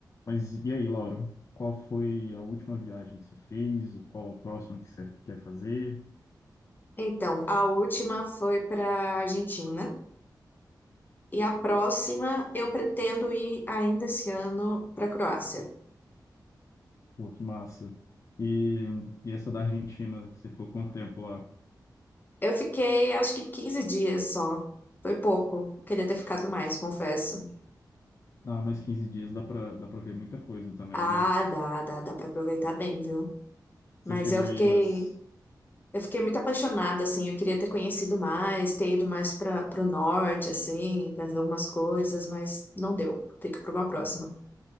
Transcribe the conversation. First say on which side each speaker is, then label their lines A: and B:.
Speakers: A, on the left (about 45°); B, on the left (about 25°).
A: Mas e aí, Lauro? Qual foi a última viagem que você fez? Qual a próxima que você quer fazer?
B: Então, a última foi para Argentina e a próxima eu pretendo ir ainda esse ano para Croácia.
A: Pô, que massa. E, e essa da Argentina, que você ficou quanto tempo lá?
B: Eu fiquei acho que quinze dias só. Foi pouco. Queria ter ficado mais, confesso.
A: Ah, mais quinze dias dá pra, dá pra ver muita coisa também,
B: Ah,
A: né?
B: dá, dá, dá para aproveitar bem, viu?
A: Você
B: Mas
A: chegou
B: eu fiquei,
A: aí nas.
B: eu fiquei muito apaixonada assim, eu queria ter conhecido mais, ter ido mais para o norte assim, para ver algumas coisas, mas não deu. Fica para uma próxima.